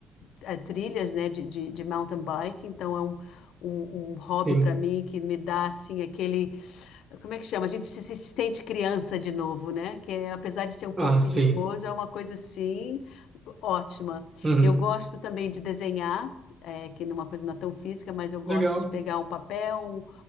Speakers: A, on the left; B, on the right.
A: é, trilhas né, de, de, de, mountain bike, então é um, um, um hobby
B: Sim.
A: para mim que me dá assim aquele. Como é que chama? A gente se, se sente criança de novo, né? Que é, apesar de ser um pouco
B: Ah,
A: perigoso,
B: sim.
A: é uma coisa assim ótima.
B: Uhum.
A: Eu gosto também de desenhar, é, que não é uma coisa não é tão física, mas eu gosto
B: Legal.
A: de pegar um papel, um,